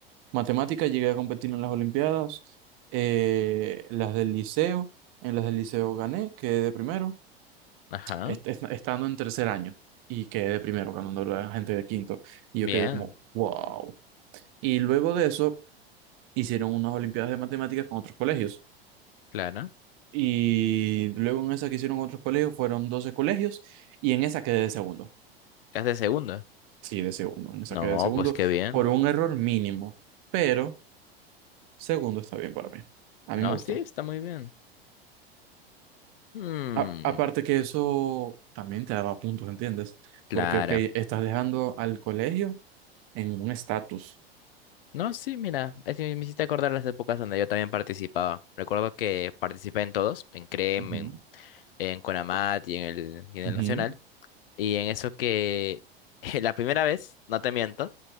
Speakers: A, on the right; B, on the left.
A: Matemáticas, llegué a competir en las Olimpiadas, eh, las del liceo, en las del liceo gané, quedé de primero,
B: Ajá.
A: est- est- estando en tercer año y quedé de primero, ganando la gente de quinto, y yo
B: Bien,
A: quedé como, wow. Y luego de eso hicieron unas Olimpiadas de Matemáticas con otros colegios,
B: Clara.
A: y luego en esa que hicieron otros colegios fueron 12 colegios, y en esa quedé de segundo,
B: ¿Qué haces de segunda?
A: sí, de segundo, en esa
B: No,
A: quedé de segundo
B: pues qué bien.
A: por un error mínimo, pero segundo está bien para mí, a
B: No,
A: mí me gustó.
B: sí, está muy bien. Mmm,
A: A- aparte que eso también te daba puntos, ¿entiendes?
B: Clara.
A: Porque, ok, estás dejando al colegio en un estatus.
B: No, sí, mira, es que me hiciste acordar las épocas donde yo también participaba. Recuerdo que participé en todos, en CREM,
A: Ujú,
B: en, en CONAMAT y en el, y en
A: ujú.
B: el Nacional. Y en eso que <laughs> la primera vez, no te miento,